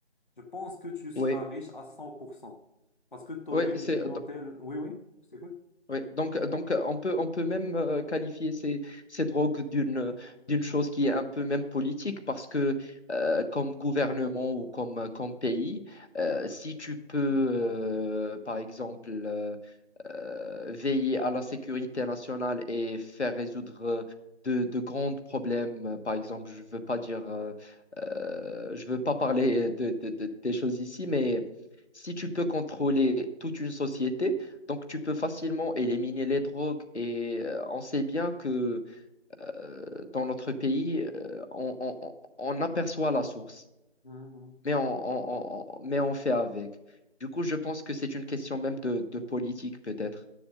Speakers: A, on the left (about 45°); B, on the left (about 70°).
A: Je pense que tu seras
B: oui,
A: riche à 100% parce que tu aurais
B: oui,
A: une
B: c'est
A: clientèle. Oui, oui, je t'écoute.
B: Oui, donc, donc euh, on peut, on peut même euh, qualifier ces, ces drogues d'une, euh, d'une chose qui est un peu même politique parce que euh, comme gouvernement ou comme, comme pays, euh, si tu peux, euh, par exemple, euh, euh, veiller à la sécurité nationale et faire résoudre euh, de, de grands problèmes. Par exemple, je veux pas dire, euh, euh, je veux pas parler de, de- de- des choses ici, mais si tu peux contrôler toute une société, donc tu peux facilement éliminer les drogues. Et euh, on sait bien que euh, dans notre pays, euh, on, on- on- on aperçoit la source,
A: Mhm,
B: mais on, on- on- on- mais on fait avec. Du coup, je pense que c'est une question même de de politique, peut-être.